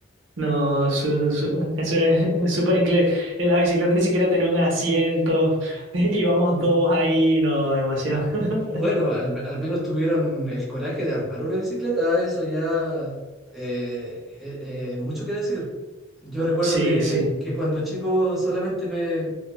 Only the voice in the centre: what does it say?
Bueno, al, al menos tuvieron el coraje de armar una bicicleta, eso ya eh, eh, eh, mucho que decir. Yo recuerdo
que,
que cuando chico solamente me,